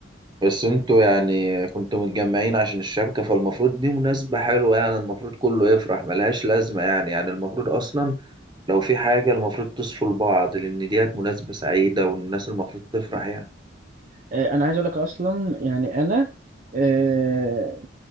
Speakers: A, on the right; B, on the right.
A: بس انتوا يعني كنتوا متجمعين عشان الشبكة فالمفروض دي مناسبة حلوة يعني المفروض كله يفرح ملهاش لازمة يعني يعني المفروض اصلا لو في حاجة المفروض تصفوا لبعض لان ديت مناسبة سعيدة والناس المفروض تفرح يعني
B: آه، انا عايز اقول لك اصلا يعني انا آه،